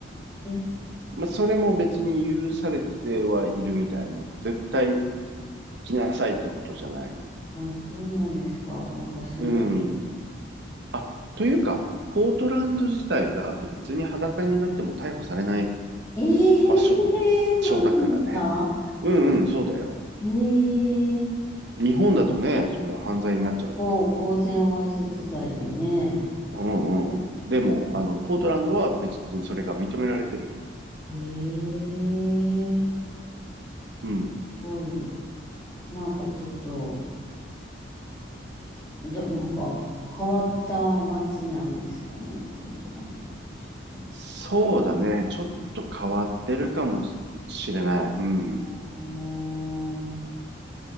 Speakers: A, on the left (about 15°); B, on the right (about 55°).
A: ー
B: まあ、それも別に許されてはいるみたい。もう絶対着なさいってことじゃない。
A: あ、そうなんですか。なんかすごい。
B: うん。あ、というか、ポートランド自体が別に裸になっても逮捕されない
A: ええー
B: 場所、
A: <laughs>
B: 場
A: そうなんですか
B: 所だからね。うんうん、そうだよ。
A: ええー
B: 日本だとね、そう犯罪になっちゃうんだけど。
A: もう、公然わいせつ罪でね。
B: うんうん。でも、あの、ポートランドは別にそれが認められてる。
A: うんへえ、す
B: うん。
A: ごい。なんかちょっと、ど、なんか変わった街なんですかね、ポートランド。ちょっ
B: そうだね。ちょっと変わってるかもしれない。うん。
A: と、も